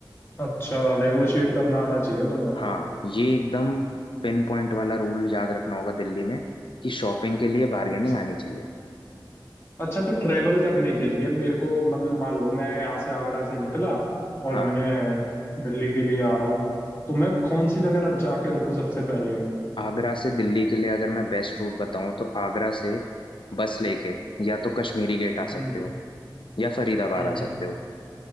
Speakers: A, on the left; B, on the left.
A: अच्छा नेगोशिएट करना आना चाहिए तुम्हें
B: हाँ ये एकदम पिन पॉइंट वाला रूल याद रखना होगा दिल्ली में कि शॉपिंग के लिए बार्गेनिंग
A: अच्छा
B: आनी चाहिए
A: अच्छा तो ट्रेवल करने के लिए मेरे को मतलब मान लो मैं यहाँ से आगरा से निकला और
B: हाँ
A: मैं दिल्ली के लिए आ रहा हूँ तो मैं कौन सी जगह जाके रुकूँ सबसे पहले
B: आगरा से दिल्ली के लिए अगर मैं बेस्ट रूट बताऊं तो आगरा से बस लेके या तो कश्मीरी गेट आ
A: हम्म
B: सकते हो या फरीदाबाद
A: हम्म
B: आ
A: हम्म
B: सकते हो